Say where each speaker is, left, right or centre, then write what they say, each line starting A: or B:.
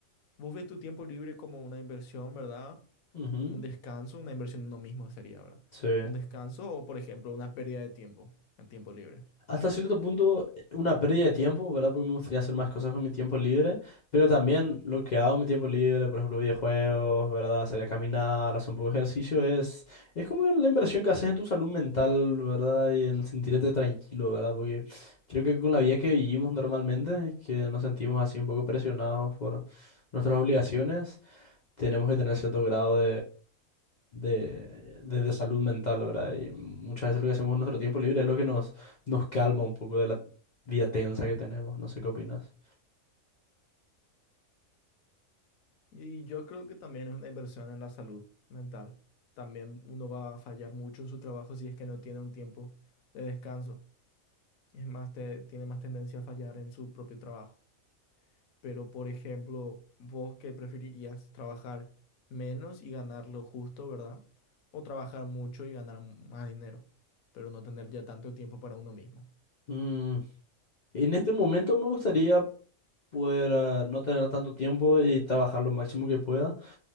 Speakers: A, on the left; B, on the left.
A: Vos ves tu tiempo libre como una inversión, ¿verdad?
B: Ujú,
A: Un descanso, una inversión en uno mismo sería, ¿verdad?
B: Sí.
A: Un descanso o, por ejemplo, una pérdida de tiempo, el tiempo libre.
B: Hasta cierto punto, eh, una pérdida de tiempo, ¿verdad? Porque me gustaría hacer más cosas con mi tiempo libre, pero también lo que hago en mi tiempo libre, por ejemplo, videojuegos, ¿verdad? Salir a caminar, hacer un poco de ejercicio, es, es como la inversión que haces en tu salud mental, ¿verdad? Y en sentirte tranquilo, ¿verdad? Porque creo que con la vida que vivimos normalmente, que nos sentimos así un poco presionados por nuestras obligaciones, tenemos que tener cierto grado de, de- de salud mental, ¿verdad? Y muchas veces lo que hacemos en nuestro tiempo libre es lo que nos, nos calma un poco de la vida tensa que tenemos. No sé qué opinas.
A: Y yo creo que también es una inversión en la salud mental. También uno va a fallar mucho en su trabajo si es que no tiene un tiempo de descanso. Es más, te- tiene más tendencia a fallar en su propio trabajo. Pero, por ejemplo, vos qué preferirías, trabajar menos y ganar lo justo, ¿verdad? O trabajar mucho y ganar m- más dinero, pero no tener ya tanto tiempo para uno mismo.
B: Mm, en este momento me gustaría poder ah, no tener tanto tiempo y trabajar lo máximo que pueda,